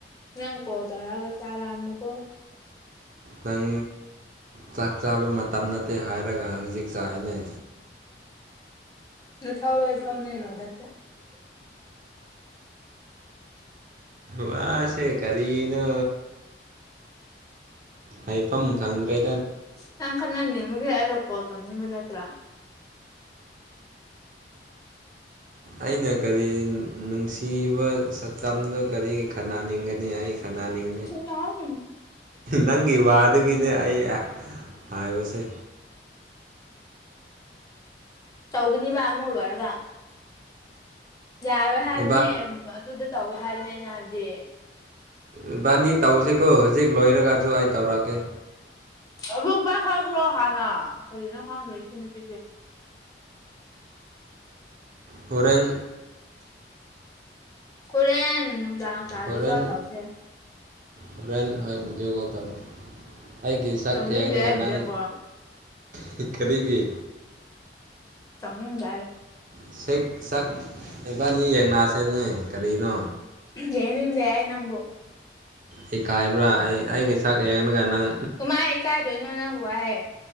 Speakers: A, on the left; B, on the right.
A: ꯅꯪ ꯀꯣ ꯇꯔꯒ ꯆꯥꯒ ꯅꯀꯣ
B: ꯅꯪ ꯆꯥꯛ ꯆꯥꯕ ꯃꯇꯝ ꯅꯠꯇꯦ ꯍꯥꯏꯔꯒ ꯍꯧꯖꯤꯛ ꯆꯥꯔꯤꯅꯦ
A: ꯅ ꯊꯥꯎ ꯊꯥꯎ ꯅ ꯂꯗ
B: ꯋꯥꯁꯦ ꯀꯔꯤꯅꯣ ꯍꯥꯏꯐꯝ ꯈꯪꯗ꯭ꯔꯦ
A: ꯅꯪ ꯈꯅꯤꯒ ꯌꯥꯗꯄꯣꯧꯅꯤꯟ꯭ꯔꯥ
B: ꯑꯩꯅ ꯀꯔꯤ ꯅꯨꯡꯁꯤꯕ ꯁꯛꯇꯝꯗ ꯀꯔꯤ ꯈꯟꯅꯟꯅꯅꯤꯡꯒꯅꯤ ꯑꯩ ꯈꯟꯅꯅꯤꯡꯗꯦ
A: ꯑꯥꯎ
B: ꯅꯪꯒꯤ ꯋꯥꯗꯒꯤꯅꯦ ꯑꯩ ꯍꯥꯏꯕꯁꯦ
A: ꯇꯧꯒꯅꯤꯕ ꯑꯃ ꯂꯣꯏꯔꯒ ꯌꯥꯔꯣꯏ ꯍꯥꯏꯕꯅꯦ
B: ꯏꯕꯥ
A: ꯑꯗꯨꯗ ꯇꯧ ꯍꯥꯏꯕꯅꯦꯩꯅ ꯍꯥꯏꯕꯗꯤ
B: ꯏꯕꯥꯅꯤ ꯇꯧꯁꯤꯦꯀꯣ ꯍꯧꯖꯤꯛ ꯂꯣꯏꯔꯒꯁꯨ ꯑꯩ ꯇꯧꯔꯛꯑꯒꯦ
A: ꯑꯣꯛꯕꯥ ꯈꯪꯈ꯭ꯔꯣ ꯍꯥꯟꯅ ꯐꯔꯤꯅꯣ ꯈꯪꯗ꯭ꯔꯦꯅ ꯀꯦ
B: ꯍꯣꯔꯦꯟ
A: ꯀꯔꯦ ꯅꯅꯨꯡ ꯗꯗꯥ ꯇꯥꯖꯤꯨ
B: ꯍꯣꯔꯦꯟ
A: ꯀꯥꯎ ꯇꯧꯁꯦ
B: ꯍꯣꯔꯦꯟ ꯍꯣꯏ ꯗꯤꯒꯧ ꯇꯗ ꯑꯩꯒꯤ ꯁꯛ
A: ꯇꯧꯅꯤꯡꯗꯦ
B: ꯌꯦꯡꯔꯒ
A: ꯍꯥꯏꯕꯗꯀꯣ
B: ꯅꯪ ꯄꯤꯛ ꯈꯦꯕꯤꯒꯤ
A: ꯇꯧꯅꯤꯡꯗꯦ ꯍꯥꯏ
B: ꯁꯛꯕꯥꯅꯤ ꯌꯦꯡꯅꯥꯛꯁꯤꯅꯦ ꯀꯔꯤꯅꯣ
A: ꯌꯦꯅꯤ ꯗꯦꯏ ꯅꯝꯕꯕꯨ
B: ꯍ ꯀꯥꯏꯕ꯭ꯔꯥ ꯑꯩ ꯑꯩꯒ ꯆꯥꯛ ꯌꯦꯡꯉꯒ ꯅꯪ
A: ꯇꯨꯃꯥꯏ ꯑꯩ ꯀꯥꯏ ꯣꯏꯅꯅ ꯍꯋꯥꯍꯦ